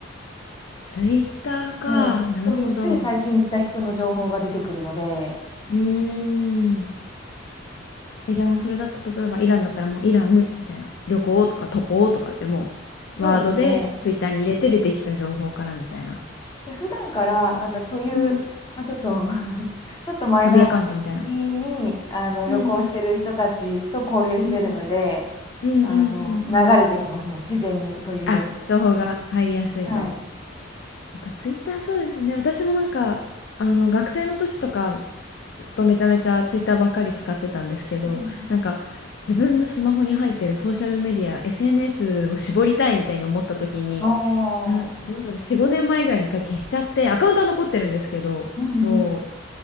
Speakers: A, on the left; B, on the left.
A: ツイッターか。
B: もう本当につい最近行った人の情報が出てくるので、
A: なるほど。うーん。え、じゃあもうそれだと、例えばイランだったらもうイランみたいな、旅行とか渡航とかってもうワードでツイッターに入れて出てきた情報からみたいな、
B: そうですね。で、普段からなんかそういう、
A: うん。
B: まあ、ちょっと <laughs> ちょっとマイナーなね、
A: 旅アカウントみたいな。
B: 国に、あの、旅行してる人たちと交流してるので、
A: うんうん。うんうんうんうんうん。
B: あの、流れてきます。もう自然にそういう情報
A: あ、情報が入りやすいと。
B: が。はい。
A: やっぱツイッターそうですね。私もなんか、あの、学生の時とか、ずっとめちゃめちゃツイッターばっかり使ってたんですけど、
B: うんうん
A: なんか、自分のスマホに入ってるソーシャルメディア、SNS を絞りたいみたいに思った時に、
B: あ
A: なん、
B: あ、
A: どうだろう、4、5年前ぐらいに一回消しちゃって、アカウントは残ってるんですけど、
B: うんうん。
A: そう